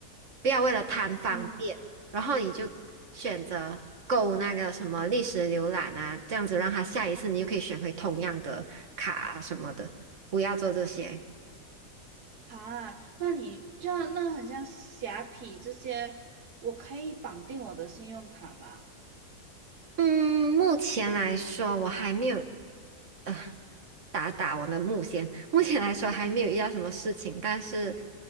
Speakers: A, on the right (about 50°); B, on the right (about 70°).
A: 不要为了贪方便，
B: 嗯，
A: 然后你就选择购那个什么历史浏览啊，这样子让他下一次你就可以选回同样的卡啊什么的，不要做这些。
B: 啊，那你这样那很像虾皮这些，我可以绑定我的信用卡吗？
A: 嗯，目前来说我还没有。呃。打打我的目前，目前来说还没有遇到什么事情，但是